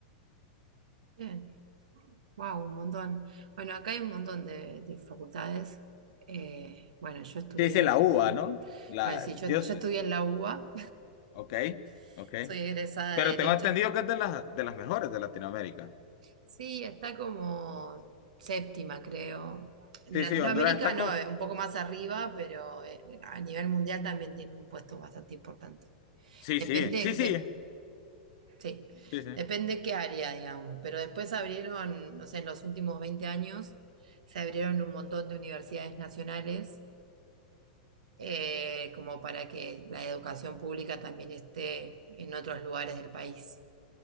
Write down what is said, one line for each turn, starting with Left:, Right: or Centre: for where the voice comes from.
Right: Bien. Wow, un montón. Bueno, acá hay un montón de, de facultades. Eh, bueno, yo estudié
Left: Sí, dice
Right: en...
Left: la uva ¿no? La
Right: Bueno, sí, yo,
Left: Dios,
Right: yo estudié en la UBA.
Left: ok,
Right: <laughs>
Left: ok.
Right: Soy egresada
Left: Pero
Right: de Derecho
Left: tengo entendido que es de las de las mejores de Latinoamérica.
Right: Sí, está como séptima, creo. En
Left: Sí,
Right: Latinoamérica
Left: sí, Honduras está
Right: no,
Left: con
Right: eh, un poco más arriba, pero eh, a nivel mundial también tiene un puesto bastante importante.
Left: Sí,
Right: Depende,
Left: sí, sí, sí.
Right: de, sí,
Left: Sí, sí.
Right: depende qué área, digamos. Pero después abrieron, no sé, en los últimos 20 años se abrieron un montón de universidades nacionales, eh, como para que la educación pública también esté en otros lugares del país.